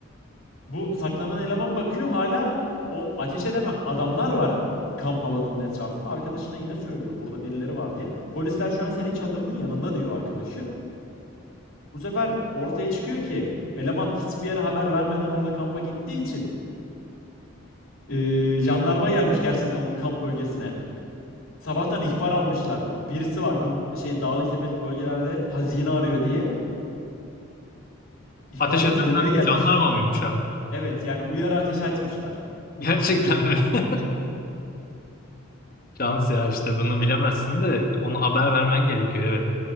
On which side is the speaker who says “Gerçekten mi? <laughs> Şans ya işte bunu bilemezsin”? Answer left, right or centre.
Left